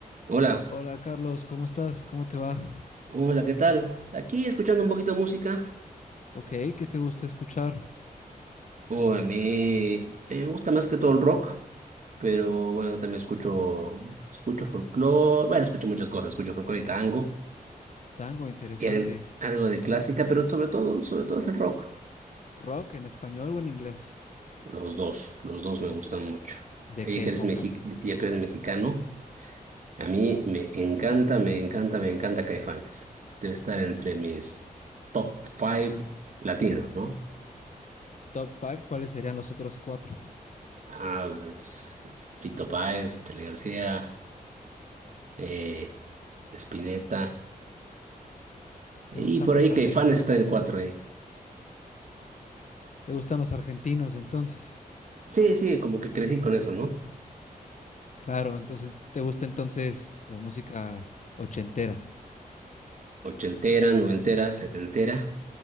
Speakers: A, on the right (about 55°); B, on the left (about 55°).
A: Hola,
B: Hola Carlos, ¿cómo estás? ¿Cómo te va?
A: hola, ¿qué tal? Aquí escuchando un poquito de música.
B: Ok, ¿qué te gusta escuchar?
A: Oh, a mí eh, me gusta más que todo el rock, pero bueno, también escucho, escucho folclore, bueno, escucho muchas cosas, escucho folclore y tango,
B: Tango, interesante.
A: y al- algo de clásica, pero sobre todo, sobre todo es el rock.
B: ¿Rock en español o en inglés?
A: Los dos, los dos me gustan mucho.
B: ¿De
A: Ya
B: qué
A: que
B: época?
A: eres mexi- ya que eres mexicano, a mí me encanta, me encanta, me encanta Caifanes. Debe estar entre mis top five latinos, ¿no?
B: Top 5, ¿cuáles serían los otros cuatro?
A: Ah, pues Fito Páez, Charly García, eh, Spinetta.
B: ¿Te
A: Y
B: gustan
A: por
B: los
A: ahí
B: argentinos?
A: Caifanes está en el 4, eh.
B: ¿Te gustan los argentinos entonces?
A: Sí, sí, como que crecí con eso, ¿no?
B: Claro, entonces te gusta entonces la música ochentera,
A: Ochentera, noventera, setentera.